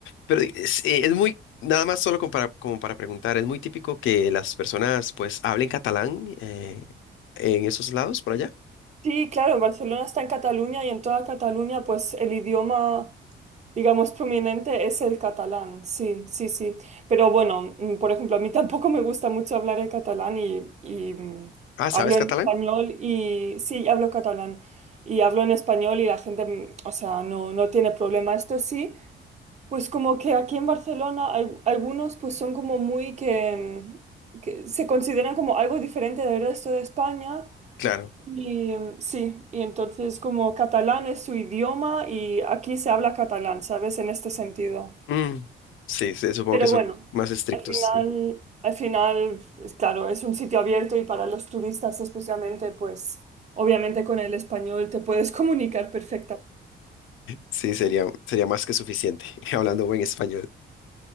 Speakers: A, on the left (about 75°); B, on the right (about 35°).
A: Pero es, eh, es muy, nada más solo como para, como para preguntar, es muy típico que las personas pues hablen catalán eh, en esos lados, por allá.
B: Sí, claro, Barcelona está en Cataluña y en toda Cataluña, pues el idioma, digamos, prominente es el catalán. Sí, sí, sí. Pero bueno, mm, por ejemplo, a mí tampoco me gusta mucho hablar el catalán y, y, mm,
A: Ah, ¿sabes
B: hablo
A: catalán?
B: en español y sí, hablo catalán y hablo en español y la gente, mm, o sea, no, no tiene problema. Esto sí. Pues como que aquí en Barcelona al- algunos pues son como muy que, mm, que se consideran como algo diferente del resto de España
A: Claro.
B: y mm, sí, y entonces como catalán es su idioma y aquí se habla catalán, ¿sabes? En este sentido.
A: Mm, sí, sí, supongo
B: Pero
A: que son
B: bueno,
A: más estrictos.
B: al final, al final, es claro, es un sitio abierto y para los turistas especialmente, pues obviamente con el español te puedes <laughs> comunicar perfectamente.
A: Sí, sería, sería más que suficiente, <laughs> hablando buen español.